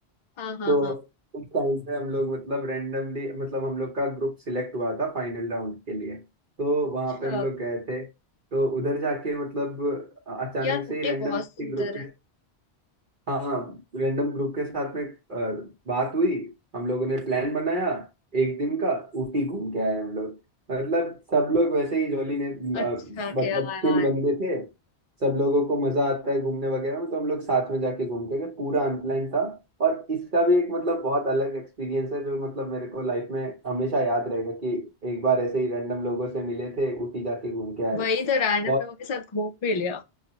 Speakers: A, on the left (about 50°); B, on the right (about 50°).
A: हाँ हाँ
B: तो
A: हाँ
B: उस टाइम पे हम लोग मतलब रैंडमली मतलब हम लोग का ग्रुप सिलेक्ट हुआ था फाइनल राउंड के लिए तो
A: अच्छा
B: वहाँ पे हम लोग गए थे तो उधर जाके मतलब अचानक
A: यार
B: से
A: ऊटी
B: ही रैंडम
A: बहुत
B: किसी
A: सुंदर
B: ग्रुप के
A: है
B: हाँ हाँ रैंडम ग्रुप के साथ में अ, बात हुई हम लोगों ने प्लान बनाया एक दिन का ऊटी घूम के आए हम लोग मतलब सब लोग वैसे ही जॉली ने अ,
A: अच्छा क्या
B: मतलब
A: यार
B: चिल बंदे थे सब लोगों को मजा आता है घूमने वगैरह में तो हम लोग साथ में जाके घूम के गए पूरा अनप्लान था और इसका भी एक मतलब बहुत अलग एक्सपीरियंस है जो मतलब मेरे को लाइफ में हमेशा याद रहेगा कि एक बार ऐसे ही रैंडम लोगों से मिले थे ऊटी जाके घूम के आए
A: वही तो रैंडम
B: बहुत
A: लोगों के साथ घूम भी लिया